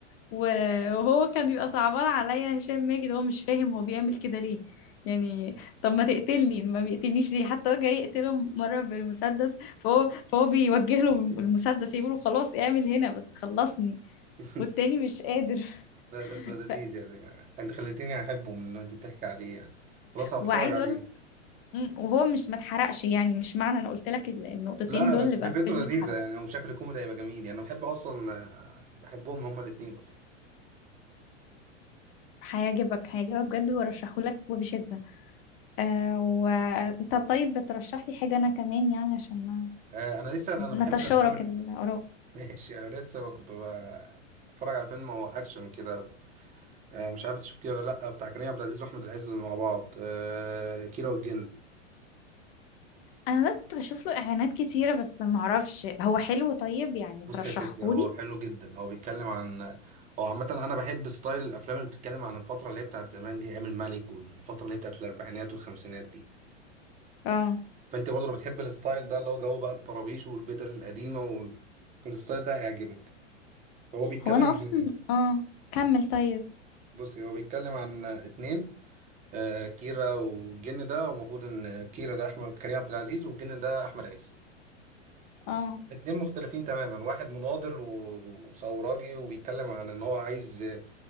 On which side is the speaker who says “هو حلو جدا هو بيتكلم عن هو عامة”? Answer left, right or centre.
Right